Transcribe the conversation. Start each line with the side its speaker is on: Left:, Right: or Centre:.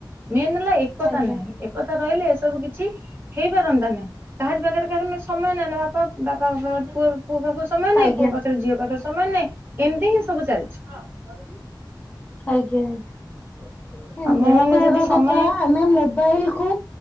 Right: ମେନ୍ ହେଲା ଏକତା
Left: ଆଜ୍ଞା
Right: ନାହିଁ ଏକତା ରହିଲେ ଏସବୁ କିଛି ହେଇପାରନ୍ତା ନାହିଁ କାହାରି ପାଖରେ କାହାର ସମୟ ନାହିଁ ନା ବାପା ବାପା <unintelligible> ପୁଅ ପୁଅ ପାଖକୁ ସମୟ
Left: ଆଜ୍ଞା
Right: ନାହିଁ ପୁଅ ପାଖରେ ଝିଅ ପାଖରେ ସମାନ ନାହିଁ ଏମିତି ହିଁ ସବୁ ଚାଲିଛି
Left: ଆଜ୍ଞା ଆଜ୍ଞା
Right: ଆମେ
Left: ମୋ
Right: ମାନେ
Left: କହିବା
Right: ଯଦି ସମୟ
Left: କଥା ଆମେ ମୋବାଇଲ କୁ